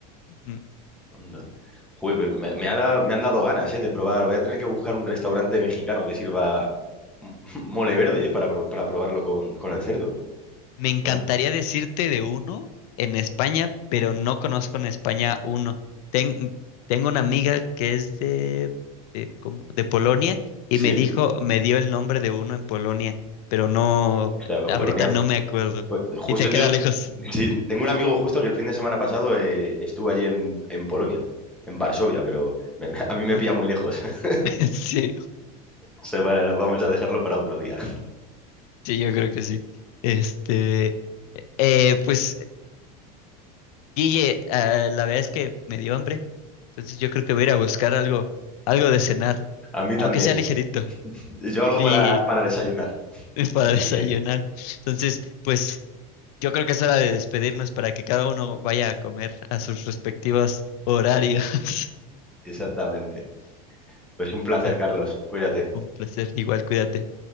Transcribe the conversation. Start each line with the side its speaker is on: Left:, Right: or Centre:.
Left: Ujú.
Centre: Onda. Joder, me, me ha dado- me han dado ganas, eh, de probar. Voy a tener que buscar un restaurante mexicano que sirva mo- <laughs> mole verde, eh, para, pro- para probarlo con, con el cerdo.
Left: Me encantaría
Centre: ¿Vale?
Left: decirte de uno en España, pero no conozco en España uno. Ten- tengo una amiga que es de, de, ¿cómo? de Polonia y
Centre: Sí.
Left: me dijo, me dio el nombre de uno en Polonia, pero no,
Centre: O sea,
Left: ahorita
Centre: Polonia.
Left: no me acuerdo.
Centre: Pues, Justo
Left: Y te
Centre: yo,
Left: queda lejos.
Centre: <laughs> sí, tengo un amigo justo que el fin de semana pasado eh, estuvo allí en, en Polonia, en Varsovia, pero me- <laughs> a mí
Left: Ajá.
Centre: me pilla muy lejos. <laughs>
Left: <laughs> Sí,
Centre: O sea, vale, lo- vamos a dejarlo para otro día.
Left: sí, yo creo que sí. Este, eh, pues, Guille, ah, la verdad es que me dio hambre, entonces yo creo que voy a ir a buscar algo, algo de cenar,
Centre: A mí también.
Left: aunque sea ligerito.
Centre: Yo algo
Left: Y
Centre: para, para desayunar
Left: <laughs> para
Centre: por
Left: desayunar.
Centre: aquí.
Left: Entonces, pues yo creo que es hora de despedirnos para que cada uno vaya a comer a sus respectivos horarios. <laughs>
Centre: Exactamente. Pues un placer,
Left: Ah,
Centre: Carlos. Cuídate.
Left: Un placer, igual cuídate.